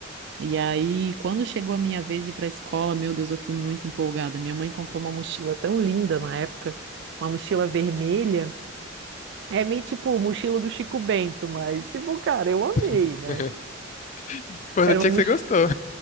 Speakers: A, on the right; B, on the left.
A: E aí, quando chegou a minha vez de ir para a escola, meu Deus, eu fui muito empolgada. Minha mãe comprou uma mochila tão linda na época, uma mochila vermelha. É meio tipo mochila do Chico Bento, mas, tipo, cara, eu amei,
B: <laughs>
A: né?
B: Importante
A: Era uma
B: é
A: mochila
B: que você gostou.